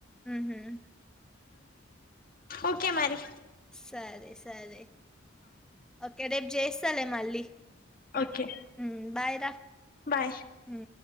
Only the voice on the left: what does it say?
ఓకే మరి
ఓకే
బాయ్